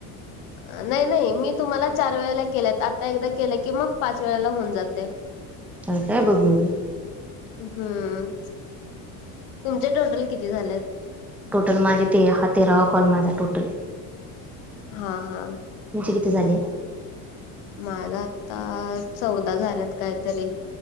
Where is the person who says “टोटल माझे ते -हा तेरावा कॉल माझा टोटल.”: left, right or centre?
Centre